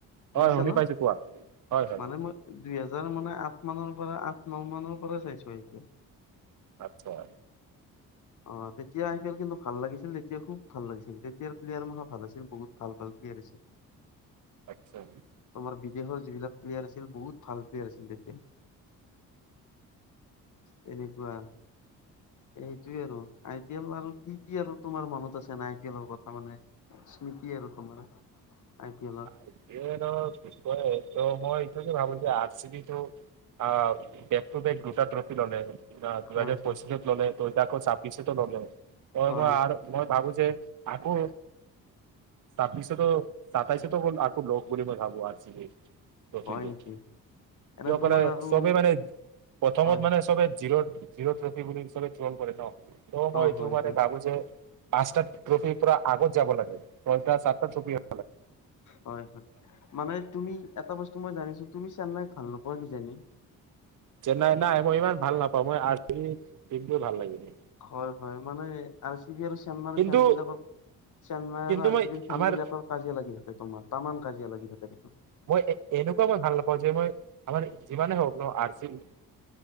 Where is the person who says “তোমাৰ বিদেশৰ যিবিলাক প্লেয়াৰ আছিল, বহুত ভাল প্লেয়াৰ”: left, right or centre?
Left